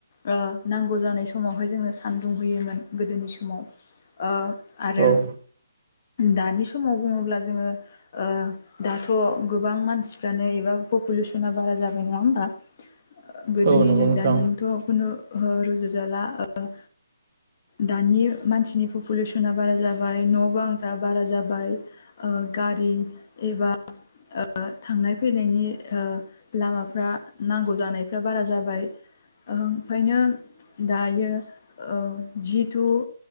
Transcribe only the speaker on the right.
औ
औ नंगौ नोंथां